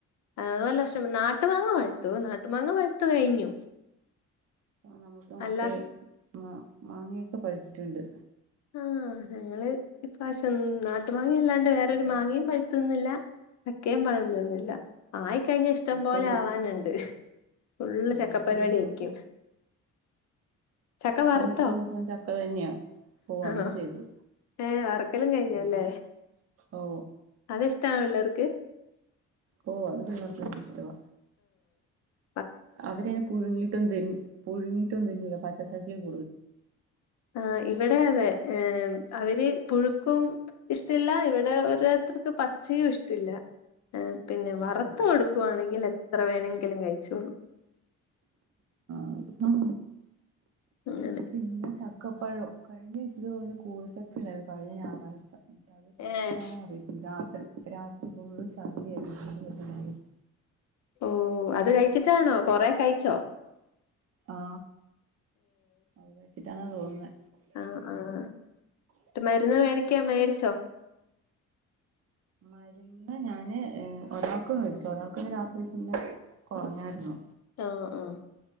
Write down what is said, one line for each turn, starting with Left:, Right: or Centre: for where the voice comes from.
Left: അതു വല്ല ഇഷ്ടം നാട്ടു മാങ്ങ മതി നാട്ടുമാങ്ങ പഴുത്തു കഴിഞ്ഞു
Right: അ നമുക്ക് മറ്റേ
Left: അല്ലാ
Right: മാ മാങ്ങയൊക്കെ പഴുത്തിട്ടുണ്ട്
Left: ആ ഞങ്ങള് ഇപ്രാവശ്യം ന ട്ടുമാങ്ങ അല്ലാണ്ട്
Right: ചക്കയൊന്നും
Left: വേറൊരു മാങ്ങയും പഴുത്തുന്നില്ല ചക്കെ ക്കേം പഴം തിന്നില്ല
Right: ഉം
Left: ആയി കഴിഞ്ഞ ഇഷ്ടം
Right: മിക്കത്
Left: പോലെ ആവാനുണ്ട് ഫുള്ള്
Right: ആഹ്
Left: ചക്ക
Right: അത്
Left: പരിപാടിയായിരിക്കും
Right: മിക്കപ്പോ
Left: ചക്ക
Right: ഇപ്പൊ
Left: വറുത്തോ
Right: മിക്ക ദിവസവും ചക്ക തന്നെയാ ഓ അതും
Left: ആ
Right: ചെയ്തു
Left: ഏ വറുക്കലും കഴിഞ്ഞല്ലേ
Right: ഉം ഓ
Left: അതിഷ്ടാനോ എല്ലാർ
Right: ഓ അത എല്ലാർക്കും വല്യ ഇഷ്ടവാ
Left: ആ
Right: അവരയിന് പുഴുങ്ങിയിട്ടൊ തി പുഴുങ്ങിയിട്ടൊന്നും തിന്നുല്ല പ പസക്കിയ <inaudible>
Left: ആ ഇവിടെ അതെ ഏമം അവര് പുഴുക്കും ഇഷ്ടില്ല ഇവിടെ ഓരോരുത്തർക്ക് പച്ചയും ഇഷ്ടില്ല പിന്നെ വറുത്ത്
Right: ഏഹ്
Left: കൊടുക്കുവാണെങ്കിൽ എത്ര വേണങ്കിലും കഴിച്ചോളും
Right: ഉം
Left: അങ്ങനെ
Right: പിന്നെ ച ക്കപഴോ കഴിഞ്ഞ ആഴ്ച ഇത്പോലെ കൂഴച്ചക്ക ആയിരുന്നു കഴിഞ്ഞ ഞാറാഴ്ച്ച അത് കഴിച്ചിട്ടണോന്നറിയത്തില്ല
Left: ഏഹ്
Right: ത്രി രാത്രി ഫുള്ളും ശർദി ആയിരുന്നു
Left: ഓ അത് കഴിച്ചിട്ടാണോ കൊറെ കഴിച്ചോ
Right: ആ അതെ എന്നാ തോനുന്നെ
Left: ആ ആഹ് മരുന്ന് മേടി ക്കാൻ മേടിച്ചോ
Right: മരുന്ന് ഞാന് ഒരാൾക്ക് മേടിച്ചു ഒരാൾക്കന്ന് രാത്രി പിന്നെ കുറഞ്ഞായിരുന്നു
Left: ആ ആ